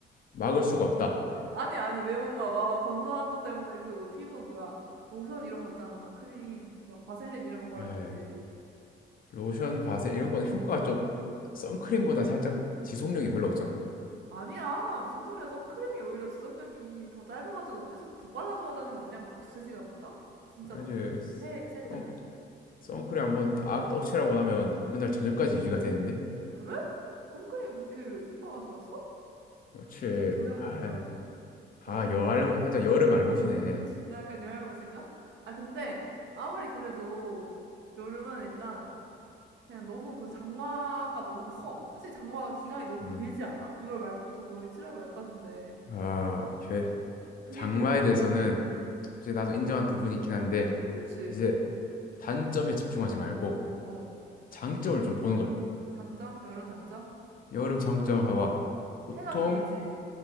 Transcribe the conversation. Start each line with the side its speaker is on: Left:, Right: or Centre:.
Left: 막을 수가 없다.
Right: 아니 아니 왜 못 먹어? 건조한 것 때문에 그 피부 뭐야 로션 이런 거 있잖아. 크림 막 바셀린 이런 거 바르면
Left: 에이,
Right: 되지.
Left: 로션, 바세 이런 건 효과가 좀 선크림보다 살짝 지속력이 별로 없잖아.
Right: 아니야 무슨 소리야 선크림이 오히려 지속력이 더 짧아가지고 막 계속 더 빨라져야 되는 거 아니야 막 두세 시간마다 진짜
Left: 아,
Right: 막
Left: 이제
Right: 해 셀 때는
Left: 선, 선크림 한번 딱 떡칠하고 나면 그날 저녁까지 유지가 되는데.
Right: 그래 선크림 그렇게 효과가 좋았어
Left: 그렇지.
Right: 전혀
Left: 아,
Right: 몰랐네
Left: 아,
Right: 아 진짜
Left: 여알못 살짝 여름 알못이네.
Right: 나 약간 열알못인가 아 근데 아무리 그래도 여름은 일단 그냥 너무 그 장마가 너무 커 솔직히 장마가 기간이 너무
Left: 음.
Right: 길지 않아 6월 말부터 거의 7월 말까지인데
Left: 아, 오케이.
Right: 그게
Left: 장마에
Right: 너무
Left: 대해서는
Right: 음
Left: 이제 나도 인정한 부분이 있긴 한데
Right: 그치
Left: 이제 단점에 집중하지 말고
Right: 어
Left: 장점을 좀 보는 거야.
Right: 장점 여름 장점
Left: 여름 장점 봐봐. 보통
Right: 해가 길지